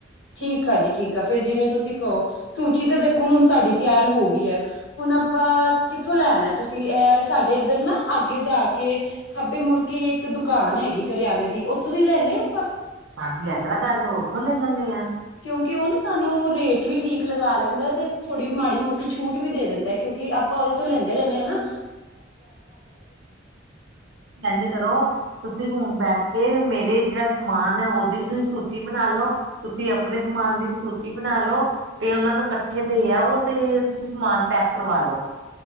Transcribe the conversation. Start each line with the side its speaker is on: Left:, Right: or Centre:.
Left: ਠੀਕ ਆ ਜੀ ਠੀਕ ਆ, ਫਿਰ ਜਿਵੇਂ ਤੁਸੀਂ ਕਹੋ ਸੂਚੀ ਤਾਂ ਦੇਖੋ ਹੁਣ ਸਾਡੀ ਤਿਆਰ ਹੋ ਗਈ ਹੈ। ਹੁਣ ਆਪਾਂ ਕਿੱਥੋਂ ਲੈਣਾ, ਤੁਸੀਂ ਇਹ ਸਾਡੇ ਇੱਧਰ ਨਾ ਅੱਗੇ ਜਾ ਕੇ ਕੇ ਖੱਬੇ ਮੁੜ ਕੇ ਇੱਕ ਦੁਕਾਨ ਹੈਗੀ ਕਰਿਆਨੇ ਦੀ ਉੱਥੋਂ ਦੀ ਲੈ ਲਏ ਆਪਾਂ।
Right: ਹਾਂਜੀ ਐਸ ਤਰ੍ਹਾਂ ਕਰ ਲਓ, ਉੱਥੋਂ ਲੈ ਲੈਂਦੇ ਆਂ।
Left: ਕਿਉਂਕਿ ਉਹ ਨਾ ਸਾਨੂੰ ਰੇਟ ਵੀ ਠੀਕ ਲਗਾ ਲੈਂਦਾ, ਤੇ ਥੋੜ੍ਹੀ ਮਾੜੀ ਮੋਟੀ ਛੂਟ ਵੀ ਦੇ ਦਿੰਦਾ ਕਿਉਂਕਿ ਆਪਾਂ ਉਹਦੇ ਤੋਂ ਲੈਂਦੇ ਰਹਿੰਦੇ ਆ ਹਨਾ।
Right: ਇੰਝ ਕਰੋ ਤੇ ਹੁਣ ਬੈਠ ਕੇ ਮੇਰੇ ਜਿਹੜਾ ਸਮਾਨ ਹੈ ਉਹਦੀ ਵੀ ਤੁਸੀਂ ਸੂਚੀ ਬਣਾ ਲਓ, ਤੁਸੀਂ ਆਪਣੇ ਸਮਾਨ ਦੀ ਸੂਚੀ ਬਣਾ ਲੋ, ਤੇ ਉਹਨਾਂ ਨੂੰ ਇਕੱਠੇ ਦੇ ਆਓ ਤੇ ਸਮਾਨ ਪੈਕ ਕਰਵਾ ਲੋ।